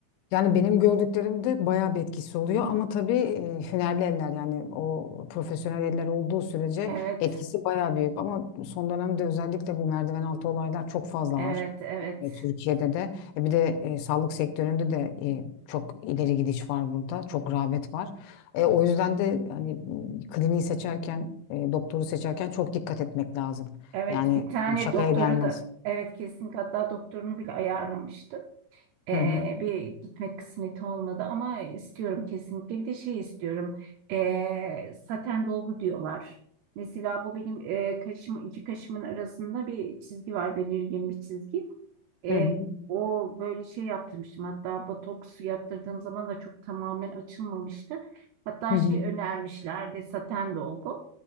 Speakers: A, on the left (about 80°); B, on the right (about 80°).
A: Yani benim gördüklerimde bayağı bir etkisi oluyor ama tabii e, hünerli eller yani o profesyonel eller olduğu sürece
B: Evet,
A: etkisi bayağı büyük. Ama son dönemde özellikle bu merdiven altı olaylar çok fazla
B: evet,
A: var.
B: evet.
A: E, Türkiye'de de E, bir de e, sağlık sektöründe de e, çok ileri gidiş var burada. Çok rağbet var. E, o yüzden de hani m, kliniği seçerken, e, doktoru seçerken çok dikkat etmek lazım.
B: Evet
A: Yani
B: bir tane
A: şakaya
B: doktora
A: gelmez.
B: da evet kesinlikle hatta doktorunu bile ayarlamıştım. Ee,
A: Hı hı.
B: bir gitmek kısmeti olmadı ama istiyorum kesinlikle. Bir de şey istiyorum. ee, saten dolgu diyorlar. Mesela bu benim ee, kaşım iki kaşımın arasında bir çizgi var belirgin bir çizgi. E,
A: Hı hı.
B: o böyle şey yaptırmıştım. Hatta botoks yaptırdığım zaman da çok tamamen açılmamıştı. Hatta
A: Hı hı.
B: şey önermişlerdi saten dolgu.